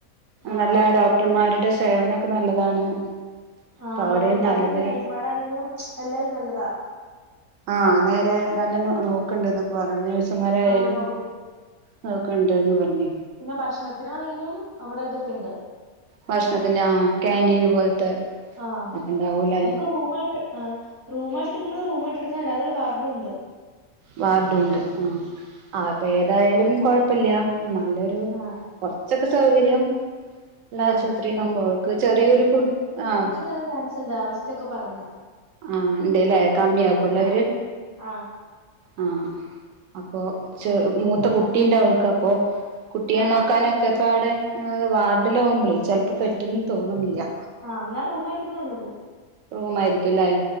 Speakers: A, on the right (about 15°); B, on the right (about 70°).
A: ആഹ്
B: നല്ല ഡോക്ടർമാരുടെ സേവനൊക്കെ നല്ലതാണ് അപ്പൊ
A: ആഹ്
B: അവിടെയും
A: ഡോക്ടർമാരാണെങ്കിലും
B: നല്ലത്
A: നേഴ്സുമാരാണെങ്കിലും എല്ലാരും നല്ലതാ
B: ആഹ് നേരെ നല്ല ന നോക്കണ്ട് എന്നൊക്കെ പറഞ്ഞു നേഴ്സന്മാരായാലും
A: ആ നോക്കും
B: നോക്ക്ണ് ണ്ട്ന്ന് പറഞ്ഞ്
A: പിന്നെ ഭക്ഷണത്തിനാണെങ്കിലും അവിടെ ഇതൊക്കെ ഇണ്ട്
B: ഭക്ഷണത്തിന് ആ കാന്റീന് പോലത്തെ
A: ആ
B: അത് ഇണ്ടാവൂല്ലേ
A: നമുക്ക് റൂമായിട്ട് ആഹ് റൂമായിട്ട് എടുക്കുന്നേ റൂമായിട്ട് എടുക്കാം അല്ലാതെ വാർഡും ഉണ്ട്
B: വാർഡും ഉണ്ട് ആഹ് ആ അപ്പൊ ഏതായാലും കൊഴപ്പല്ല ആ നല്ലൊരു
A: ആ
B: കൊറച്ചൊക്കെ സൗകര്യം എല്ലാം
A: ആ
B: ആശുപത്രി ആകുമ്പോ ഓൾക്ക് ചെറിയൊരു കു ആഹ്
A: <unintelligible> എന്ത് അവസ്ഥയൊക്കെ പറഞ്ഞൊ
B: ആഹ് ഇണ്ട്ല്ലേ കമ്മി ആക്കുംല്ലെ അവര്
A: ആ ആ
B: ആഹ് അപ്പൊ ചെറു മൂത്ത കുട്ടീണ്ട് അവൾക്കപ്പോ കുട്ടിയെ
A: ആ
B: നോക്കാനൊക്കെ ഇപ്പൊ അവിടെ വാർഡിലാകുമ്പളെ
A: ആ
B: ചെലപ്പോ പറ്റുന്ന് തോന്ന്ണ്ല്ല
A: ആഹ് എന്നാ റൂം ആയിരിക്കും നല്ലത്
B: റൂമായിരിക്കുംല്ലേ